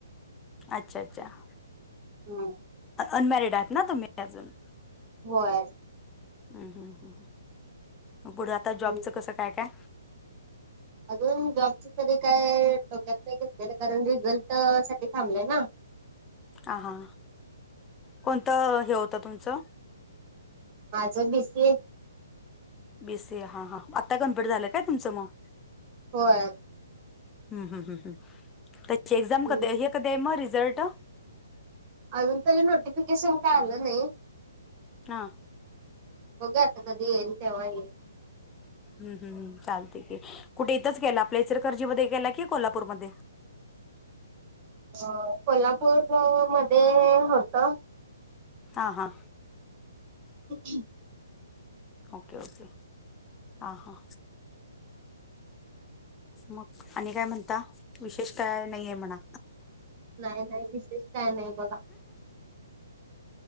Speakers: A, on the left (about 15°); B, on the right (about 30°).
A: अच्छा अच्छाबल्ब
B: हम्
A: अनमॅरिड आहेत ना तम् अजून
B: होय <inaudible>
A: हम् हम् ह पुढे आता जॉबचं
B: हम्म.
A: कसं काय काय
B: अजून जॉबच तरी काय ठोक्यात नाही घेतलेलं कारण रिझल्ट साठी थांबलंय ना.
A: हा हां कोणतं हे होतं तुमचं.
B: माझं B C A. <inaudible>
A: B C A हा हा आता कम्प्लीट झालं काय तुमचं मग. <inaudible>
B: होय
A: ह् ह ह ह त्याची एक्झाम
B: हम्म.
A: कध हे कध आहे म रिझल्ट
B: अजून तरी नोटिफिकेशन काय आलं नाही
A: हा <inaudible>
B: होघ्या आता कधी येईल तेव्हाई <unintelligible>
A: हम् हम् चालते की कुठे इथंच गेलं आपल्या इसर कर्जी मध्ये गेला कि कोल्हापूरमध्ये
B: अह कोल्हापूर मध्ये होतं.
A: हां हां
B: ह ह.
A: ओके ओके हा हा. मग आणि काय म्हणता विशेष कळायला नाहीये म्हणा.
B: नाही नाही विशेष काय नाही बघा.